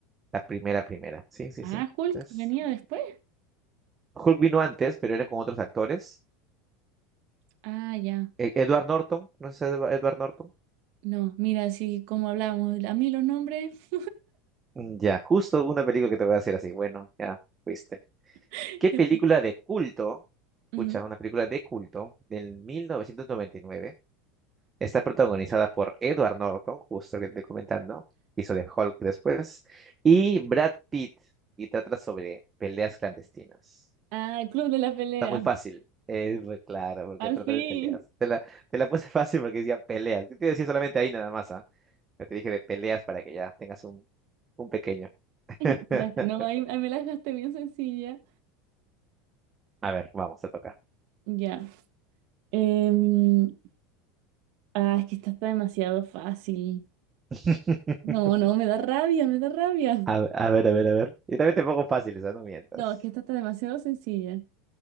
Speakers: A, on the right (about 20°); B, on the right (about 65°).
A: la primera, primera. Sí, sí,
B: Ah,
A: sí.
B: Hulk
A: Es-
B: venía después.
A: Hulk vino antes, pero era con otros actores.
B: Ah, ya.
A: E- Edward Norton, ¿no es Edwa- Edward Norton?
B: No, mira, sí, como hablábamos, a mí los nombres.
A: Mm, Ya, justo una película que te voy a hacer así. Bueno, ya fuiste.
B: <laughs>
A: ¿Qué película de culto? Escucha,
B: Ujú.
A: una película de culto del 1999 Está protagonizada por Edward Norton, justo que te estoy comentando, hizo de Hulk después, y Brad Pitt, y trata sobre peleas clandestinas.
B: Ah, el Club de la Pelea,
A: Está muy fácil, es muy claro, porque
B: al
A: trata
B: fin.
A: de peleas. Te la, te la puse <laughs> fácil porque decía peleas. Yo te decía solamente ahí nada más, ¿ah? Pero Te dije de peleas para que ya tengas un, un pequeño.
B: <laughs>
A: <laughs>
B: Ya, No, ahí, ahí me la dejaste bien sencilla.
A: A ver, vamos, te toca.
B: Ya. Em, ah, es que esta está demasiado fácil.
A: <laughs>
B: No, no, me da rabia, me da rabia.
A: A, a ver, a ver, a ver. Y también te pongo fáciles, ¿ah? No mientas.
B: No, es que esta está demasiado sencilla.